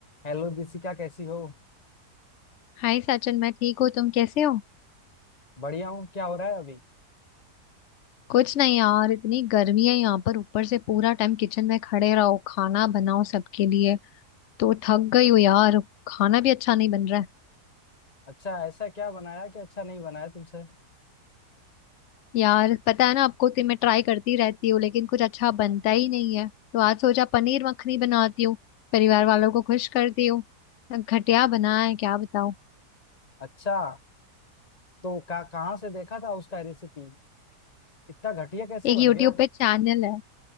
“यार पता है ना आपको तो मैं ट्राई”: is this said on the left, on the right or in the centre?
Left